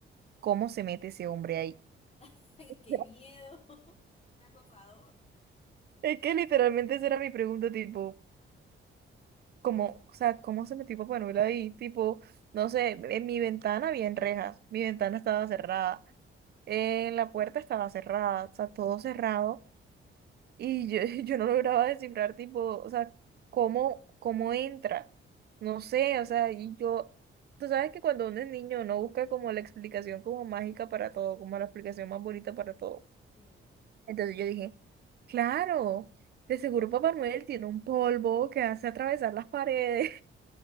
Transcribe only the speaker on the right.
¿Cómo se mete ese hombre ahí?
<laughs>
Es que literalmente esa era mi pregunta, tipo, ¿cómo, o sea, cómo se metió Papá Noel ahí? Tipo, no sé, en mi ventana había rejas, mi ventana estaba cerrada, eh, la puerta estaba cerrada, o sea, todo cerrado. Y yo, <laughs> yo no lograba descifrar, tipo, o sea, cómo, cómo entra. No sé, o sea, y yo, tú sabes que cuando uno es niño no busca como la explicación como mágica para todo, como la explicación más bonita para todo.
Entonces yo dije, claro, de seguro Papá Noel tiene un polvo que hace atravesar las paredes